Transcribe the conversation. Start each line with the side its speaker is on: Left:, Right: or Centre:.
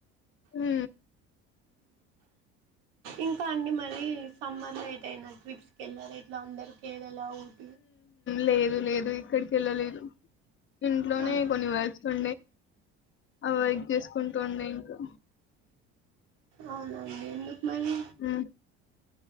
Left: హ
Right: ఇంకా అన్నీ మరి సమ్మర్లో ఎట్ అయినా ట్రిప్స్కి కేళ్లరా ఇట్లా అందరు కేరళ ఊటీ
Left: లేదు లేదు ఎక్కడికి వెళ్ళలేదు ఇంట్లోనే
Right: అవును.
Left: కొన్ని వర్ ర్క్సు అ వర్క్ చేసుకుంటూ ఉండి ఇంకా.
Right: అవునా అండి ఎందుకు మరి
Left: ఉ